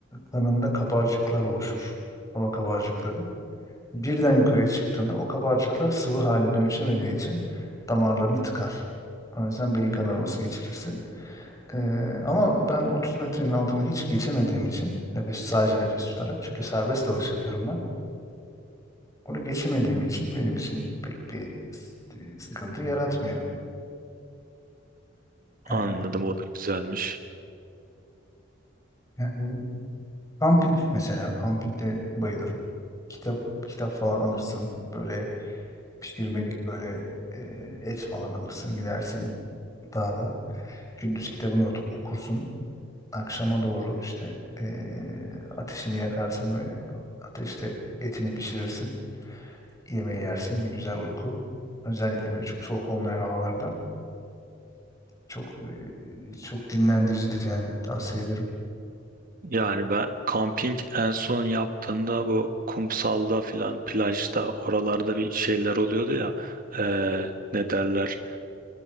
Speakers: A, on the left; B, on the right.
A: kanında kabarcıklar oluşur. Hava kabarcıkları. Birden yukarıya çıktığında o kabarcıklar sıvı hale dönüşemediği için damarlarını tıkar. O yüzden beyin kanaması geçirirsin. Ee, ama ben 30 metrenin altını hiç geçemediğim için nefes sadece nefes tutarak çünkü serbest dalış yapıyorum ben. Onu geçemediğim için benim için pek bir s- sıkıntı yaratmıyor.
B: Anladım
A: Yani
B: o da güzelmiş.
A: yani kamping mesela kampingde bayılırım. Kitap kitap falan alırsın. Böyle pişirmelik böyle e, et falan alırsın gidersin dağda. Gündüz kitabını otu- okursun. Akşama doğru işte e, ateşini yakarsın ve ateşte etini pişirirsin. yemeği yersin, bir güzel uyku. Özellikle böyle çok soğuk olmayan havalarda çok e, e, çok dinlendiricidir yani tavsiye ederim.
B: Yani ben kamping en son yaptığımda bu kumsalda filan plajda oralarda bir şeyler oluyordu ya eee, ne derler